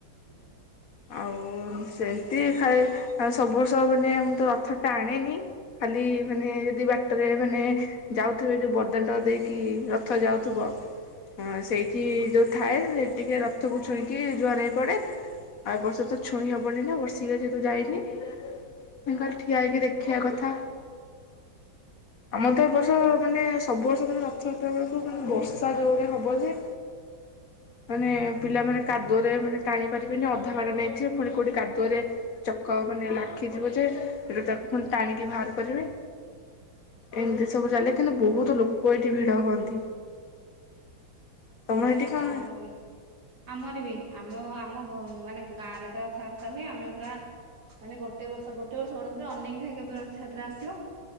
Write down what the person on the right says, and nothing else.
ହ <inaudible>
ହଁ <inaudible>
ବଢିଆ
ଆଉ
ଆମର ବି ଆମର ବି ଆମ ଆମ ମାନେ ଗାଁରେ ତ ଅଥା ର ହୁଏ ଆମେୁରା ମାନେ ଗୋଟେ ବର୍ଷ ଗୋଟେ ବର୍ଷ ଗ ଅନେକି ଥାଏ କେବେ ରଥଯାତ୍ରା ଆସିବ